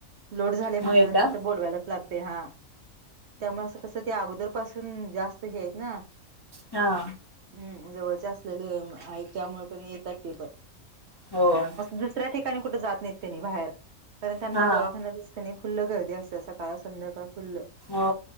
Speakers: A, on the right (about 60°); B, on the left (about 25°).
A: लोड झाले म्हटल्यानंतर
B: मग येतात
A: ते बोलवायलाच लागते हा. त्यामुळे असं कसं ते अगोदर पासून जास्त हे आहेत ना.
B: हा.
A: हम्म जवळचे असलेले त्यामुळे पण येतात ते पण.
B: होय.
A: दुसऱ्या ठिकाणी कुठे जात नाहीत बाहेर पण त्यांना
B: हा
A: दवाखान्यात कणी फुल गर्दी असते सकाळ संध्याकाळ फुललं.
B: हो